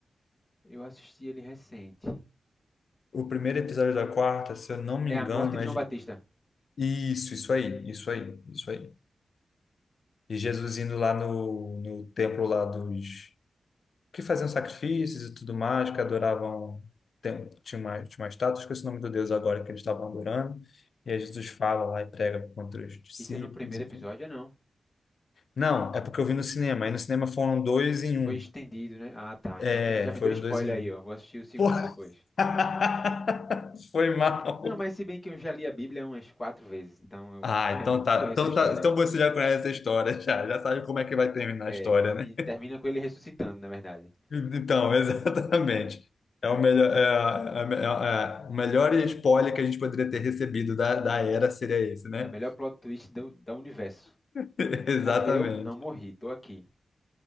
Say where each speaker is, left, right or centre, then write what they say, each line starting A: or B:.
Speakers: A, on the left (about 35°); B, on the left (about 70°).
A: Eu assisti ele recente.
B: O primeiro episódio da quarta, se eu não me
A: É
B: engano,
A: a morte de
B: é.
A: João
B: Je-
A: Batista.
B: Isso, isso aí, isso aí, isso aí. E Jesus indo lá no, no templo lá dos que faziam sacrifícios e tudo mais, que adoravam, tem- tinha uma, tinha uma estátua, esqueci o nome do Deus agora que eles estavam adorando, e aí Jesus fala lá e prega contra os discípulos,
A: Isso é no primeiro
B: enfim.
A: episódio ou não?
B: Não, é porque eu vi no cinema, aí no cinema foram dois em um.
A: Foi estendido, né? Ah, tá.
B: É,
A: Então tu já me
B: foram
A: deu spoiler
B: dois em
A: aí,
B: um.
A: ó. Vou assistir o segundo
B: Pô.
A: depois.
B: <laughs> Foi mal.
A: Não, mas se bem que eu já li a Bíblia umas quatro vezes, então eu
B: Ah,
A: conhe-
B: então tá.
A: conheço
B: Então
A: a história.
B: tá. Então você já conhece a história, já. Já sabe como é que vai terminar
A: É,
B: a história, né?
A: e termina com ele ressuscitando, na verdade.
B: Então, <laughs> exatamente. É o melhor, é, é- é- é- o melhor spoiler que a gente poderia ter recebido da, da
A: E o-
B: era seria esse, né?
A: é o melhor plot twist do, do universo.
B: <laughs> Exatamente.
A: Morreu, não morri, tô aqui.